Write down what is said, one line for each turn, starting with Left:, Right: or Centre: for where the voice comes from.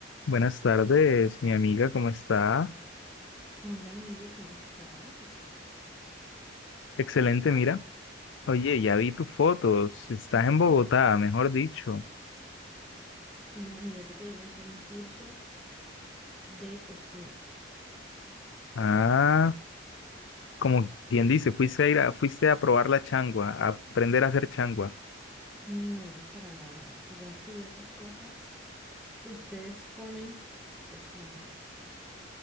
Left: Buenas tardes, mi amiga, ¿cómo está?
Centre: Hola amigo, ¿cómo estás?
Left: Excelente, mira. Oye, ya vi tus fotos. Estás en Bogotá, mejor dicho.
Centre: Sí, imagínate que vine a hacer un curso de cocina.
Left: Ah, como quien dice, fuiste a ir a- fuiste a probar la changua, a aprender a hacer changua.
Centre: No, para nada. Tú sabes que yo esas cosas que ustedes comen, pues no,